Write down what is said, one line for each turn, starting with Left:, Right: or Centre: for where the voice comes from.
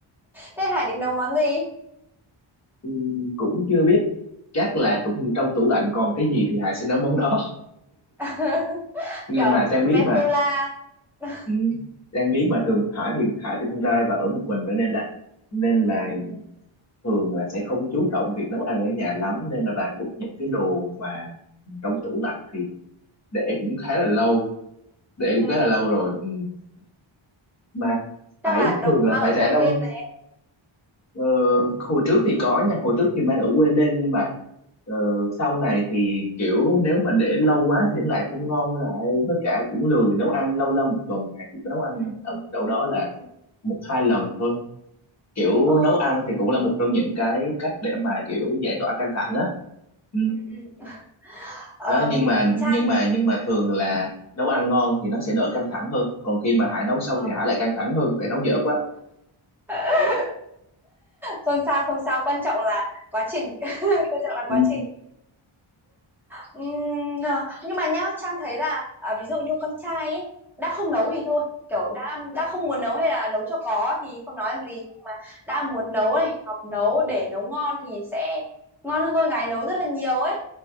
Centre: Thế Hải định nấu món gì?
Left: Ừ, cũng chưa biết chắc là trong, trong tủ lạnh còn cái gì thì Hải sẽ nấu món đó
Centre: <laughs>
Left: <laughs> nhưng
Centre: Kiểu
Left: mà Trang biết
Centre: vetula.
Left: mà
Centre: <laughs>
Left: Ừ. Đang biết mà thường Hải thì Hải thì con trai và ở một mình nữa nên là nên
Centre: Ừ.
Left: là thường là sẽ không chú trọng việc nấu ăn ở nhà lắm nên là bà cũng những cái đồ mà trong tủ lạnh thì để cũng khá là lâu để cũng
Centre: Ừ.
Left: khá là
Centre: ừ.
Left: lâu rồi ừ. mà Hải
Centre: Trang là
Left: thường
Centre: được
Left: là
Centre: mang
Left: phải
Centre: ở
Left: rã
Centre: quê
Left: đông
Centre: lên này
Left: ờ, hồi trước thì có nha hồi trước thì mang ở quê lên nhưng mà ờ, sau này thì kiểu nếu mà để lâu quá thì nó lại không ngon lại với cả cũng lười nấu ăn lâu lâu một tuần thì Hải chỉ có nấu ăn
Centre: ừ
Left: ở đâu đó là
Centre: ừ
Left: một hai lần thôi kiểu
Centre: Ồ,
Left: nấu ăn thì cũng là một trong những cái cách để mà kiểu giải tỏa căng thẳng á ừ.
Centre: ừ ừ. ờm,
Left: đó nhưng mà
Centre: Trang
Left: nhưng mà
Centre: thì
Left: nhưng mà thường là nấu ăn ngon thì nó sẽ đỡ căng thẳng hơn còn khi mà Hải nấu xong
Centre: ờ,
Left: thì Hải lại căng thẳng hơn tại nấu dở quá
Centre: <laughs> không sao không sao quan trọng là quá trình <laughs> quan trọng là
Left: ừ.
Centre: quá trình Ừm, à, nhưng mà nhá Trang thấy là à, ví dụ như con trai ấy đã không nấu thì thôi kiểu đã đã không muốn nấu hay là nấu cho có thì không nói làm gì nhưng mà đã muốn nấu này học nấu để nấu ngon thì sẽ ngon hơn con gái nấu rất là nhiều ấy